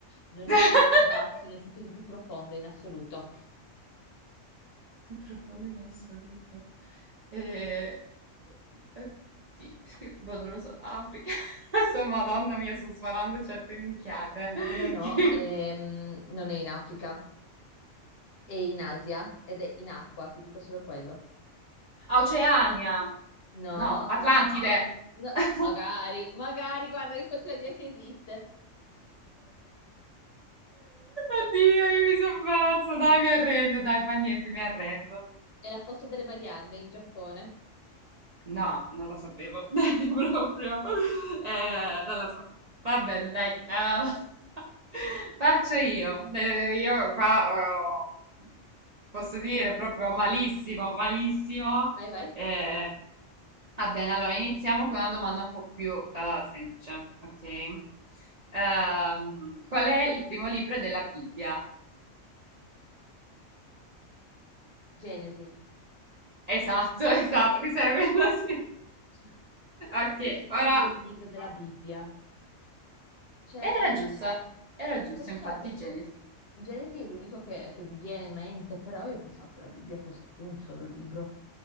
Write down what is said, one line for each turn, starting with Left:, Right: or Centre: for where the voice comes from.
Left: No,
Right: <laughs>
Left: no, no, più basso, nel senso di più profondo in assoluto.
Right: Più profondo in assoluto. Eh, eh, sì, perché, boh, non lo so, Africa. <laughs> Adesso, Madonna mia, sto sparando certe minchiate.
Left: No,
Right: <laughs>
Left: no, no,
Right: Che...
Left: ehm, non è in Africa, è in Asia ed è in acqua, ti dico solo quello.
Right: A Oceania.
Left: No,
Right: No, Atlantide.
Left: No,
Right: <laughs>
Left: magari, magari, guarda che continua a dire che esiste.
Right: Oddio, io mi sono perso. Dai, mi arrendo, dai, fa niente, mi arrendo.
Left: È la fossa delle Marianne in Giappone.
Right: No, non la sapevo <laughs> proprio. Eh, non la sapevo. Va bene, dai. eh, <laughs> faccio io. Eh, io qua oh, posso dire proprio malissimo, malissimo.
Left: Vai, vai.
Right: Eh, va bene, allora iniziamo con una domanda un po' più eh, semplice, ok? Ehm, qual è il primo libro della Bibbia?
Left: Genesi.
Right: Esatto, <laughs> esatto, questa era quella sì.
Left: Insomma,
Right: Ok,
Left: questo è il suo
Right: ora...
Left: primo libro della
Right: no.
Left: Bibbia. Cioè,
Right: Era
Left: eh,
Right: giusto, era giusto,
Left: lo so,
Right: infatti,
Left: che-
Right: Genesi.
Left: Genesi è l'unico che, che mi viene in mente, però io pensavo che la Bibbia fosse un solo libro.